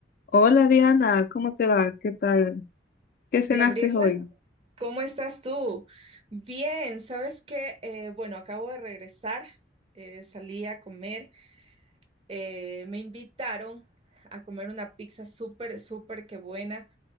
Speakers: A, on the left; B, on the right.
A: Hola Diana, ¿cómo te va? ¿Qué tal? ¿Qué cenaste
B: Gabriela,
A: hoy?
B: ¿cómo estás tú? Bien, ¿sabes qué? Eh, bueno, acabo de regresar, eh, salí a comer, eh, me invitaron a comer una pizza súper, súper que buena